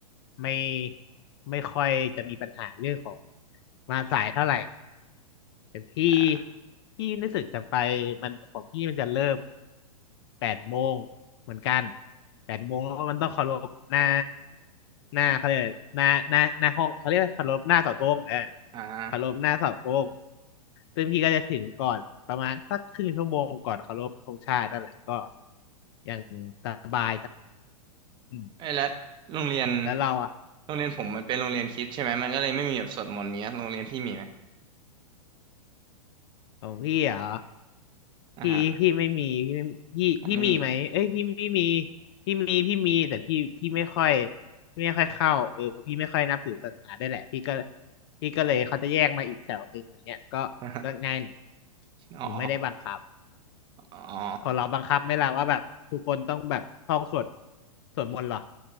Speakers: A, on the left; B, on the right.
A: ไม่ไม่ค่อยจะมีปัญหาเรื่องของมาสายเท่าไหร่ แต่พี่
B: อ่า
A: พี่รู้สึกจะไปมันของพี่มันจะเริ่มแปดโมงเหมือนกันแปดโมงแล้วมันต้องเคารพหน้าหน้าเขาเรียกอะไรหน้าหน้าหน้าห้องเขาเรียกว่าเคารพหน้าเสาธงเออ
B: อ่า
A: เคารพหน้าเสาธงซึ่งพี่ก็จะถึงก่อนประมาณสักครึ่งชั่วโมงก่อนเคารพธงชาตินั่นแหละก็อย่างตามอืม
B: เอ้ยแล้วโรงเรียน
A: แล้วเราอ่ะ
B: โรงเรียนผมมันเป็นโรงเรียนคริสต์ใช่ไหมมันก็เลยไม่มีแบบสวดมนต์เงี้ยโรงเรียนที่มีไหม
A: ของพี่เหรอ
B: อ่าฮะ
A: พี่พี่ไม่มีพี่ไม่พี่พี่มีไหมเอ้ยพี่พี่มี
B: อ๋อไม่มี
A: พี่มีพี่มีแต่พี่พี่ไม่ค่อยพี่ไม่ค่อยเข้าเออเพราะพี่ไม่ค่อยนับถือศาสนาด้วยแหละพี่ก็พี่ก็เลยเขาจะแยกมาอีกแถวหนึ่งอย่างเงี้ยก็ก็ง่ายหน่อย
B: <laughs> อ่าฮะอ๋อ
A: หนูไม่ได้บังคับ
B: อ๋อ
A: ของเราบังคับไหมล่ะว่าแบบทุกคนต้องแบบท่องสวดสวดมนต์เหรอ